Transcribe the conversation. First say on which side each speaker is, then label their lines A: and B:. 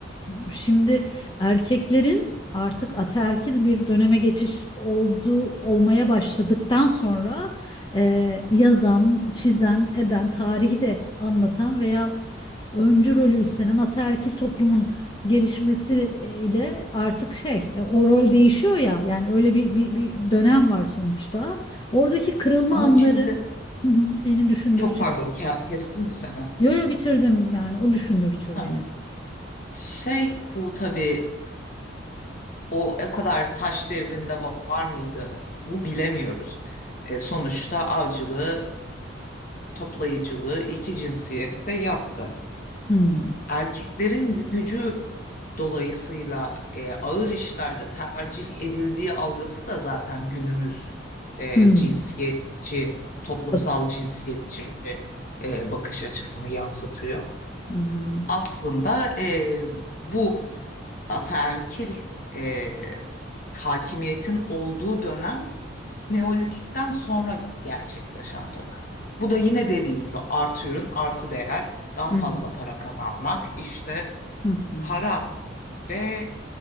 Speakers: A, on the left (about 25°); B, on the left (about 45°).
A: şimdi erkeklerin artık ataerkil bir döneme geçiş olduğu olmaya başladıktan sonra e, yazan, çizen, eden, tarihi de anlatan veya öncü rolü üstlenen ataerkil toplumun gelişmesiyle artık şey e, o rol değişiyor ya yani öyle bir, bir, bir dönem var sonuçta. Oradaki kırılma
B: Ama
A: anları
B: şimdi
A: hı hı, beni düşündürtüyor.
B: çok pardon ke- kestim mi seni?
A: Yo yo bitirdim yani o düşündürtüyor
B: Ha.
A: beni.
B: Şey bu tabii o o kadar taş devrinde va- var mıydı? Bu bilemiyoruz. E, sonuçta avcılığı, toplayıcılığı iki cinsiyette yaptı.
A: Hmm.
B: erkeklerin gücü dolayısıyla e, ağır işlerde tercih edildiği algısı da zaten günümüz e,
A: Hmm.
B: cinsiyetçi, toplumsal
A: Bak-
B: cinsiyetçi e, bakış açısını yansıtıyor.
A: Hı hı,
B: Aslında e, bu ataerkil e, hakimiyetin olduğu dönem Neolitik'ten sonra gerçekleşen dönem. Bu da yine dediğim gibi artı ürün, artı değer, daha
A: hı
B: fazla
A: hı,
B: para kazanmak, işte
A: hı hı.
B: para ve